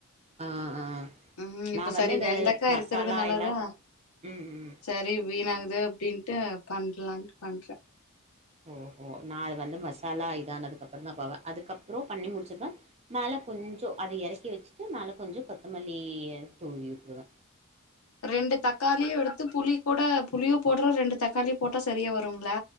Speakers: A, on the right (about 30°); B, on the left (about 80°).
A: ஆ ஆ
B: ம்
A: நா
B: இப்ப
A: வந்து
B: சரி
A: இந்த
B: வெண்டக்கா
A: மசாலா
B: இருக்கிறதுனாலதா
A: எல்லா ம் ம்
B: சரி வீணாகுது அப்டின்ட்டு பண்லான்ட்டு பண்றே
A: ஓஹோ நா அது வந்து மசாலா இதானதுக்குப்பறோ தா போவே அதுக்கப்புறோ பண்ணி முடிச்சுருவே மேல கொஞ்சோ அத இறக்கி வச்சுட்டு மேல கொஞ்சோ கொத்தமல்லி தூவி விட்டுருவ
B: ரெண்டு தக்காளியு எடுத்து புளி கூட புளியு போடுறோ ரெண்டு தக்காளியு போட்டா சரியா வருங்ல